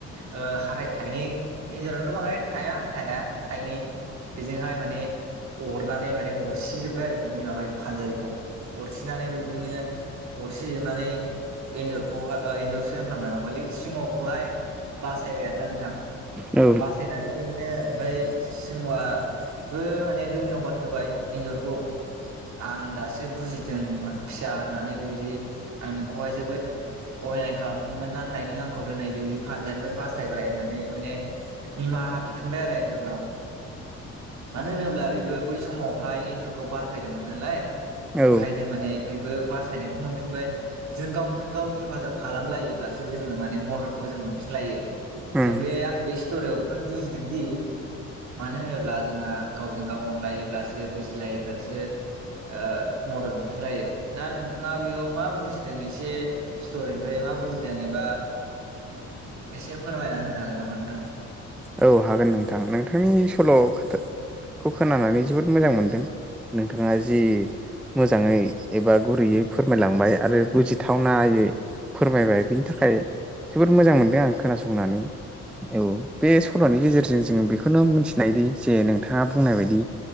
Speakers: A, on the right (about 65°); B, in the centre.
A: ओ हाथाय थायनै एनजरावथ' बाहाय थाया हाथाया थायनै बेजोंहाय माने अरनानै माने अरसिजोब्बाय आरो बिनि माबाय फानजारिखौ अरसिनानै बेबायदिनो अरसि जोबनानै एनजरखौहाय एनजरसो होनफ्लांलायलांबायलै सिंहखौहाय बासायबाय आरोना नोंथां
B: औ
A: बासायनानै बिदिनो ओमफ्राय सिंहआ बो माने दैनबाद होबाय एनजरखौ आं दासो बुजिदों फिसा होननानै बेबायदि आं नोंखौहाय जोबोद अयनाय खालामदोंमोन नाथाय नों आंखौ दिनै बे फानजारिनिफ्राय बासायबाय होननानै माने निमाहा बिफिनबाय आरो एनजरनाव मानो होनोब्ला बेबो बै समावहाय एनजरखौ बासायदोंमोन नालाय
B: औ
A: ओंखायनो माने बेबो बासायनायखौ मोनफिनबाय जों गावजों गाव हेफाजाब खालामलायोब्लासो जोङो माने मददखौ जों मोनफिनलायो
B: उम
A: जों बे आं बे स्ट'रियाव बेखौनो बुजिदों दि मानो होनोब्ला जोंना गावजों गाव अनलायोब्लासो बुजिलायोब्लासो ओ मदद होलायो दा नोंथाङा बेयाव मा बुजिदों एसे स्टरिनिफ्राय मा बुजिदों एबा एसे फोरमायना होनो हागोन नामा नोंथाङा
B: औ हागोन नोंथां नोंथांनि सल' खोथा खौ खोनानानै जोबोद मोजां मोनदों नोंथाङा जि मोजाङै एबा गुरैयै फोरमायलांबाय आरो बुजिथावनायै फोरमायबाय बिनि थाखाय जोबोद मोजां मोनदों आं खोनासंनानै औ बे सल'नि गेजेरजों जोङो बेखौनो मिथिनायदि जे नोंथाङा बुंनाय बायदि